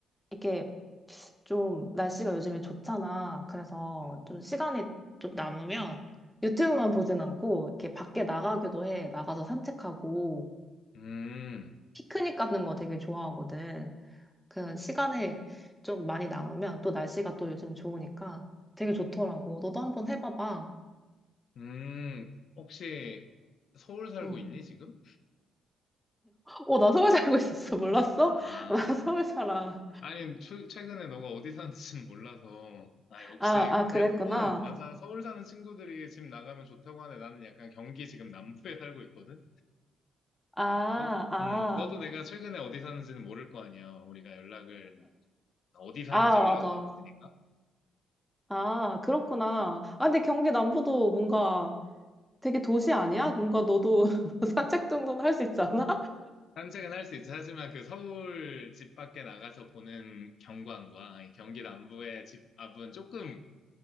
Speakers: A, in the centre; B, on the left (about 60°).
A: 이게 좀 날씨가 요즘에 좋잖아. 그래서
B: 음,
A: 좀 시간이 좀 남으면 유튜브만 보진 않고 이렇게 밖에 나가기도 해. 나가서 산책하고
B: 음,
A: 피크닉 가는 거 되게 좋아하거든. 그 시간이 좀 많이 남으면 또 날씨가 또 요즘 좋으니까 되게 좋더라고. 너도 한번 해봐봐.
B: 음. 혹시 서울 살고
A: 응.
B: 있니, 지금?
A: 어, 나 서울 살고 있었어. 몰랐어?
B: 아,
A: <laughs> 나 서울 살아.
B: 아니, 최- 최근에 너가 어디 사는지는 몰라서, 아, 역시
A: 아, 아, 그랬구나.
B: 대부분, 맞아, 서울 사는 친구들이 집 나가면 좋다고 하는데 나는 약간 경기 지금 남부에 <laughs> 살고 있거든?
A: 아,
B: 너,
A: 아,
B: 음, 너도 내가 최근에 어디 사는지는 모를 거 아니야. 우리가 연락을, 어디 사는지
A: 아,
B: 연락을
A: 맞아.
B: 안 했으니까.
A: 아, 그렇구나. 아, 근데 경기 남부도 뭔가 되게 도시 아니야? 뭔가 너도 <laughs> 산책 정도는 할 수 있지 않아?
B: 산책은 할 수 있지. 하지만 그 서울 집 밖에 나가서 보는 경관과 경기 남부의 집 앞은 조금